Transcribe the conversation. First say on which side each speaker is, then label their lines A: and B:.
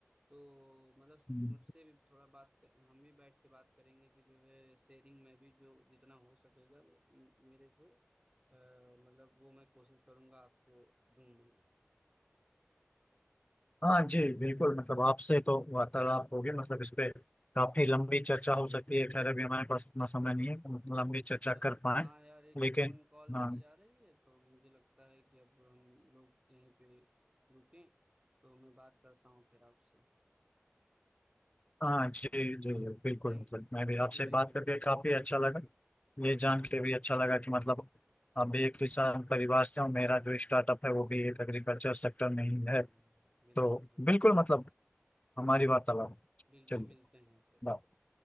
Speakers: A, on the right; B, on the left.
A: तो मतलब
B: हम्म,
A: मुझसे भी थोड़ा बात कर, हम भी बैठ के बात करेंगे कि जो है शेयरिंग में भी जो जितना हो सकेगा वो मेरे से अ, मतलब वो मैं कोशिश करूंगा आपको दूंगा
B: हाँ जी बिल्कुल मतलब आपसे तो वार्तालाप होगी मतलब इस पे काफी लंबी चर्चा हो सकती है खैर अभी हमारे पास उतना समय नहीं है कि मतलब लंबी
A: हम्म,
B: चर्चा
A: अच्छा
B: कर पाए
A: हाँ यार एक
B: लेकिन
A: फोन कॉल
B: हाँ
A: मेरी आ रही है तो मुझे लगता है कि अब हम लोग यहीं पे रुकें तो मैं बात करता हूँ फिर आपसे
B: हाँ जी जी जी बिल्कुल
A: Thank
B: मतलब मैं भी
A: thank
B: आपसे
A: you very
B: बात
A: much
B: करके काफी अच्छा लगा ये
A: आपसे
B: जान
A: भी
B: के भी अच्छा लगा कि मतलब आप भी एक किसान परिवार से हो
A: हम्म
B: मेरा जो
A: हम्म
B: स्टार्टअप है वो भी एक एग्रीकल्चर सेक्टर में ही
A: हम्म,
B: है
A: बिल्कुल
B: तो
A: बिल्कुल
B: बिल्कुल मतलब हमारी वार्तालाप
A: बिल्कुल
B: चलिए
A: मिलते हैं
B: बाय